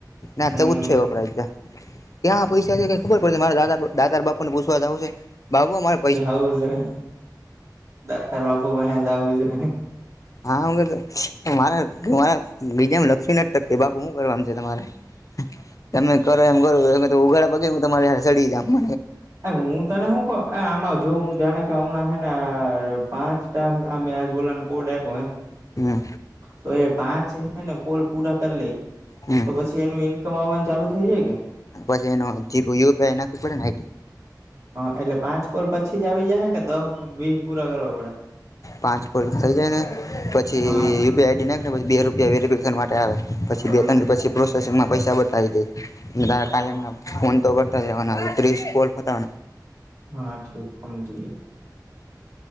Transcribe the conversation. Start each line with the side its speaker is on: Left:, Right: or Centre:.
Left: ના
Right: હમ
Left: ચુ છો એ વપરાય જા. ત્યાં પૈસા છે કે ખબર પડશે મારા દાદા દાદાર બાપુ ને પૂછવા જવું છે ભાવુ મારે.
Right: જવું જોઈ દાતર બાપુ ભ જવું જોઈ.
Left: હા હું મારા મારા બીજા લક્ષ્મી નાટક બાપુ શું કરવાનું છે તમારે. તમે કરો એમ કરો તો ઉઘાડા પગી હું તમારી સડી જ મ.
Right: એ હું ત હું ક આમા. જો હું જાણે કે હમણાં હે ને પાંચ ટા અમે આજ બોલા કોડ આપ્યો હ.
Left: હમ.
Right: તો એ પાંચ હને કોલ પૂરા કરી લઈ
Left: હમ
Right: તો પછી એનું. કમાવાનું ચાલુ થઇ જાય કે.
Left: પછસ એ નનો જીપ યુીઆઈ નાીડી.
Right: હા એટલે પાંચ કોલ પછી જ આવી જાય કે દહ વી પૂરા કરવા પડે.
Left: પાંચ ફલ થઈ જાય ને પછી
Right: હા
Left: યુપીઆ આઈડી નાખીને પછી બે રૂપિયા વેરિફિકેશન માટે આવે. પછી
Right: હા
Left: બે ત પછી પ્રોસેસિંગમાં પૈસા બતાવી દેારા
Right: હા
Left: કમ. ફોન તો કરતા ત્રી કોલતા.
Right: હા ઠીક સમજીએ.